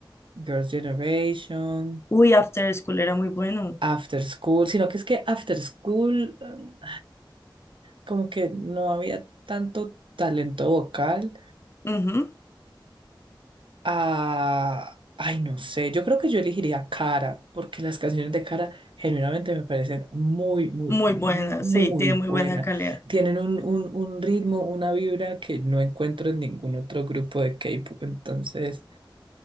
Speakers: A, on the right (about 75°); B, on the left (about 30°).
A: Girls' Generation,
B: Uy, After School era muy bueno.
A: After School. Sino que es que After School, eh, como que no había tanto talento vocal.
B: Ujú,
A: Ah, ay, no sé, yo creo que yo elegiría Cara, porque las canciones de Cara genuinamente me parecen muy, muy,
B: Muy buena,
A: muy
B: sí, tiene
A: buenas.
B: muy buena calidad.
A: Tienen un, un, un ritmo, una vibra que no encuentro en ningún otro grupo de K-pop. Entonces,